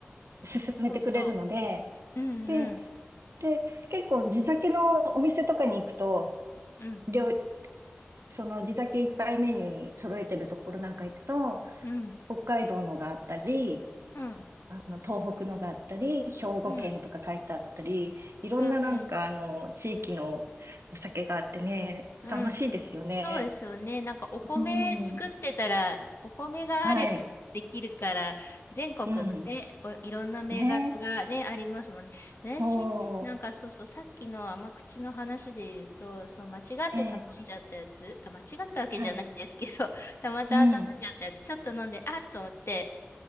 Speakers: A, on the right; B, on the left.
A: 勧めてくれるので、
B: そうそう。うんうん。
A: で、で、結構地酒のお店とかに行くと、
B: うん
A: 料その地酒いっぱいメニューに揃えてるところなんか行くと、
B: うん。
A: 北海道のがあったり、
B: うん
A: あの、東北のがあったり、兵庫県とか書いてあったり、
B: うん。
A: いろんななんかあの、
B: うんうん。
A: 地域のお酒があってね、
B: うん。
A: 楽しいですよね。
B: そうですよね。なんかお米作ってたら、
A: うん。
B: お米があればできるから、
A: はい。
B: 全国のね、
A: うん。
B: お、いろんな銘柄がね、
A: ね。
B: ありますもんね。
A: そう。
B: 私、なんかそうそう、さっきの甘口の話で言うと、そう、間違って頼んじゃったやつ、
A: ええ。
B: あ、間違ったわけじゃないんですけど、
A: はい。
B: <laughs> たまたま頼んじゃったやつ、
A: うん。
B: ちょっと飲んで、あっと思って、